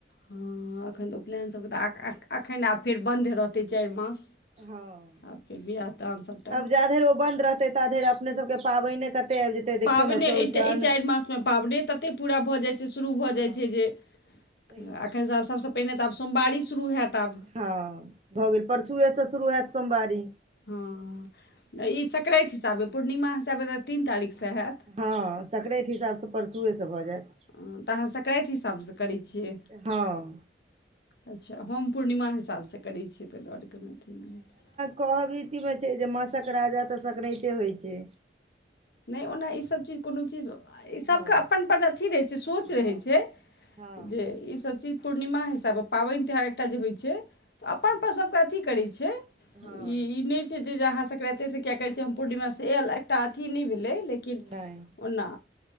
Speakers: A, on the left; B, on the right.
A: हां, एखन तऽ उपलैन सबके तऽ आ ए एखन आब फेर बन्द रहतै चाएर मास।
B: हां,
A: आ फेर बियाह दान सभटा
B: अब जा धैर ओ बन्द रह ते ता धैर अपने सबके पाबैने कते आएब जेतै। देखियौ
A: पाबैने
B: ने चौड़चन
A: एट ई चाएर मासमे पाबैने ततेक पूरा भऽ जाय छै शुरू भऽ
B: हँ
A: जाय छै जे।
B: तै
A: का
B: ने
A: एखन से आब सबसे पहिने तऽ आब सोमवारी शुरू हाएत आब।
B: हां, भऽ गेल परसुए से शुरू हाएत सोमवारी।
A: हां, ई स्क्रैत हिसाबे पूर्णिमा हिसाबे तऽ तीन तारीक से हाएत।
B: हां, स्क्रेत हिसाब से परसुए से भऽ जाएत।
A: अ तऽ अहाँ स्क्रेत हिसाब से करै छियै।
B: ए हां।
A: अच्छा हम पूर्णिमा हिसाब से करै छियै तै दुआरे कहलौ तीन दिन।
B: कहबीती मे छै जे मासक राजा तऽ स्क्रैते होय छै।
A: नै ओना ई सब चीज कुनू चीज आ ई सबके
B: हँ
A: अपन-अपन अथी रहै छै सोच
B: हँ
A: रहै छै
B: हँ
A: जे ई सब चीज पूर्णिमा हिसाबा पाबैन तिहार एकटा जे होय छै तऽ अपन
B: हँ
A: पर सबके अथी करै छै ई
B: हँ
A: ई नै छी जे जे अहाँ सकरैते से किया करै छीये, हम पूर्णिमा से आएल एकटा अथी नै भेलै ले किन
B: नहि
A: ओना